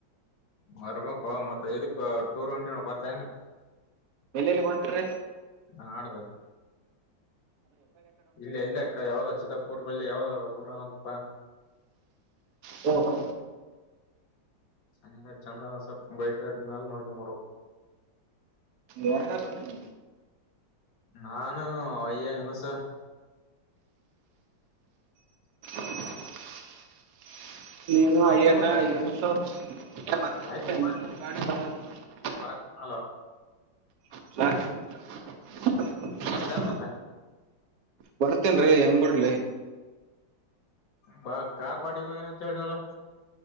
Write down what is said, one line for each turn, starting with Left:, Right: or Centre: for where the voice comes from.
Left: ಬರ್ಬೇಕು ಮತ್ತ ಇದಕ್ ಟೂರ್ ಗೆ ಹೊಂಟೆವಿ ನೋಡ್ ಬರ್ತೇನ
Right: ಎಲ್ಲೆಲ್ಲಿಗ್ ಒಂಟ್ರಿ
Left: ನಾಡ್ದ ಇಲ್ಲ ಇಲ್ಲ ಯಾವ್ದ ಚಿತಪೂರ್ ಬಲ್ಲಿ ಯಾವ್ದ ಊರದಂತಪ್ಪ
Right: ಹೊಹೊಹೊ
Left: <unintelligible> ಬೈಕ್ ರೈಡ್ ಮ್ಯಲೆ ನೋಡ್ಕೊಂಡ ಬರೋದು
Right: ಯಾರ್ಯಾರ್ ಹೊಂಟ್ರಿ
Left: ನಾನು ಅಯ್ಯ ಅನುಸ
Right: <inaudible> ನೀನು
Left: ಬರ್ತಿಲ್
Right: ಅಯ್ಯ <unintelligible>
Left: ಮತ್ತ ಆಯ್ತ್ ಮೂವರ್ <unintelligible>
Right: ಹ <unintelligible>
Left: ಬರ್ತ ಅಲ್ ಮತ್ತೆ
Right: ಬರ್ತೇನ್ ರೀ ಹೆಂಗ್ ಬಡ್ಲಿ
Left: ಬ ಕಾರ ಪಾರ್ಟಿ ಕೊ ಅಂತ ಹೇಳದಲ್ಲ